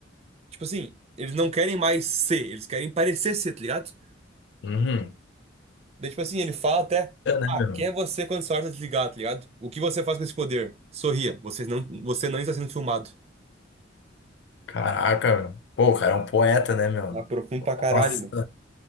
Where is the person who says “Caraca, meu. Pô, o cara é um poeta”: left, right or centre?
Left